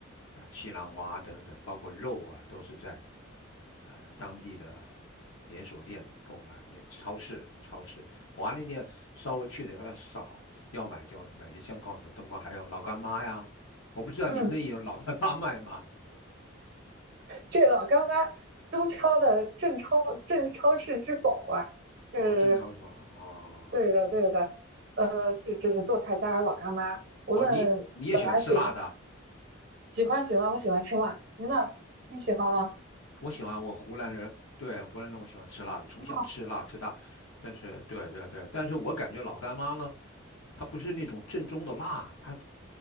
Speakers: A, on the left (about 75°); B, on the right (about 55°).
A: 啊、西兰花等等，包括肉啊，都是在。呃当地的连锁店购买，连超市超市华联店稍微去那边少，要买就买些像刚才说冬瓜，还有老干妈呀，我不知道你们那有老干妈卖吗？
B: 嗯，这老干妈，中超的镇超镇超市之宝啊，这是
A: 哦，正常是吧？哦
B: 对的对的，呃，这这是做菜加点老干妈，无论本来嘴平，
A: 哦，你你也喜欢吃辣的啊
B: 喜欢喜欢，我喜欢吃辣，您呢？你喜欢吗？
A: 我喜欢我湖南人，对，湖南人我喜欢吃辣的，从小吃辣吃大。
B: 啊，
A: 但是，对对对，但是我感觉老干妈呢，它不是那种正宗的辣，它